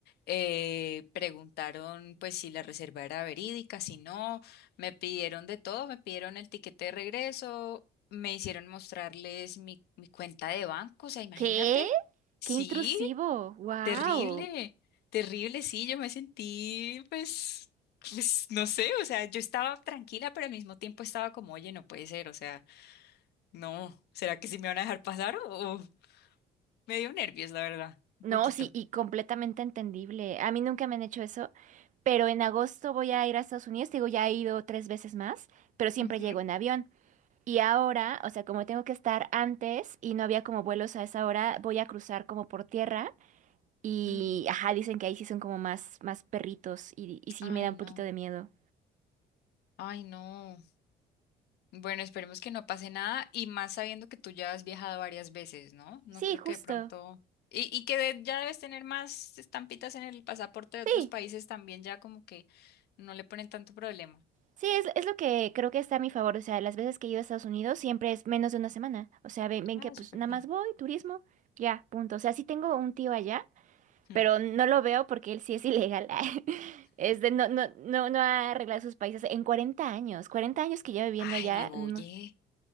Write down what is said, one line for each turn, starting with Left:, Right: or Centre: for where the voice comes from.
Left: eh, preguntaron pues si la reserva era verídica, si no, me pidieron de todo, me pidieron el tiquete de regreso, me hicieron mostrarles mi, mi cuenta de banco, o sea, imagínate.
Right: ¿Qué?
Left: Sí.
Right: ¡Qué intrusivo! Wow.
Left: Terrible, terrible, sí, yo me sentí, pues, pues, no sé, o sea, yo estaba tranquila, pero al mismo tiempo estaba como, oye, no puede ser, o sea, no, ¿será que sí me van a dejar pasar? O, o- me dio nervios, la verdad, un
Right: No,
Left: poquito.
Right: sí, y completamente entendible. A mí nunca me han hecho eso, pero en agosto voy a ir a Estados Unidos. Digo, ya he ido tres veces más, pero siempre
Left: Ujú.
Right: llego en avión. Y ahora, o sea, como tengo que estar antes y no había como vuelos a esa hora, voy a cruzar como por tierra y,
Left: Mm,
Right: ajá, dicen que ahí sí son como más, más perritos y, y sí
Left: Ay,
Right: me da un
Left: no,
Right: poquito de miedo.
Left: ay, no. Bueno, esperemos que no pase nada y más sabiendo que tú ya has viajado varias veces, ¿no? No
Right: Sí,
Left: creo
Right: justo.
Left: que de pronto... Y, y que de- ya debes tener más estampitas en el pasaporte de
Right: Sí,
Left: otros países también, ya como que no le ponen tanto problema.
Right: Sí, es, es lo que creo que está a mi favor. O sea, las veces que he ido a Estados Unidos siempre es menos de una semana. O sea, ven, ven
Left: Ah,
Right: que pues
Left: súper
Right: nada
Left: bien.
Right: más voy, turismo, ya, punto. O sea, sí tengo un tío allá,
Left: Hmm.
Right: pero no lo veo porque él sí es ilegal. <laughs> Es de, no, no, no, no ha arreglado sus países en 40 años. 40 años que llevo viviendo
Left: Ay,
Right: allá.
Left: oye.
Right: no.